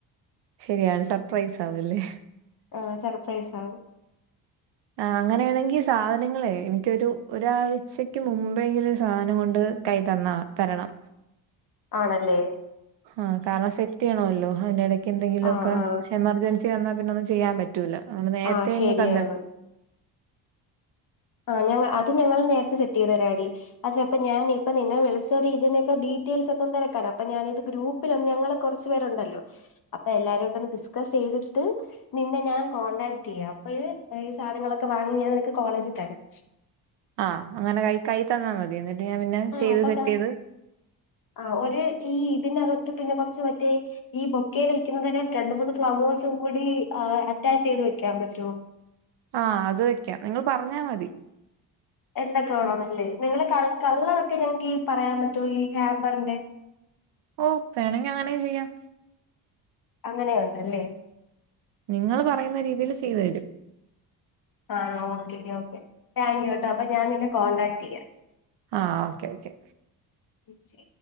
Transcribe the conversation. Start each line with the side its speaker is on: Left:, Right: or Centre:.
Right: ശരിയാണ്. സർപ്രൈസ് ആവല്ലേ.
Left: ആഹ് സർപ്രൈസാവും.
Right: ആഹ് അങ്ങനെയാണെങ്കി സാധനങ്ങളെ എനിക്കൊരു ഒരാഴ്ചക്ക് മുമ്പെങ്കും സാധനം കൊണ്ട്.. കൈ തന്നാ തരണം.
Left: ആണല്ലേ.
Right: ആഹ കാരണം സെറ്റയ്യണല്ലോ അതിനിടക്ക് എന്തെങ്കിലുംക്കെ
Left: ആ ആ
Right: എമർജൻസി വന്നാപിന്ന ഒന്നും ചെയ്യാൻ പ... റ്റൂല. നേരത്തെങ്ങ്
Left: ആ ശരിയാണ്
Right: തന്ന...
Left: ആഹ് ഞങ്ങ അത് ഞങ്ങള് നേരത്തെ സെറ്റയ്തരാടി. അതെ അപ്പ ഞാനിപ്പ നിന്നെ വിളിച്ചത് ഇതിനൊക്കെ ഡീറ്റെയിൽസ് ഒക്കെ ഒന്ന് തിരക്കാനാ അപ്പൊ ഞാനിത് ഗ്രൂപ്പ്.. പ്പ ഞങ്ങള് കൊറച്ചു പേരുണ്ടല്ലോ അപ്പ എല്ലാരുട്ടൊന്ന് ഡിസ്കസ് ചെയ്തിട്ട്... നിന്നെ ഞാൻ കോൺടാക്ടയ്യാം അപ്പോയ് ഈ സാനങ്ങളൊക്കെ വാങ്ങി ഞാൻ നിനക്ക് കോളേജി തരാം.
Right: ആഹ് അങ്ങനെ കൈ കൈ തന്ന മതി എന്നിട്ട് ഞാൻ പിന്നെ
Left: ആഹ്
Right: ചെയ്ത്
Left: അപ്പൊ
Right: സെറ്റ്
Left: ക
Right: ചെയ്ത്..
Left: ആഹ് ഒരു ഈ ഇതിനകത്ത് പിന്നെ കുറച്ച് മറ്റേ.. ഈ ബൊക്കയിൽ വെക്കുന്നതിനെ രണ്ട മൂന്ന് ഫ്ളവേഴ്സും കൂടി ആ അറ്റാച്ച് ചെയ്ത് വെക്കാൻ പറ്റോ?
Right: ആഹ് അത് വെക്കാ. നിങ്ങൾ പറഞ്ഞാ മതി.
Left: എന്തൊക്കെ വേണന്നല്ലേ നിങ്ങള് കള്ളറൊക്കെ ഞങ്ങക്ക് ഈ പറയാൻ പറ്റോ ഈ ഹാമ്പറിന്റെ
Right: ഓ വേണെങ്കി അങ്ങനെയെ ചെയ്യാം.
Left: അങ്ങനെയുണ്ടല്ലേ.
Right: നിങ്ങൾ പറയുന്ന രീതില് ചെയ്തരും.
Left: ആഹ് ഓക്കെ ഓക്കെ താങ്ക് യു ട്ടോ അപ്പൊ ഞാൻ നിന്നെ കോൺടാക്ട് ചെയ്യാം.
Right: ആഹ് ഓക്കെ ഓക്കെ.
Left: പിച്ചേ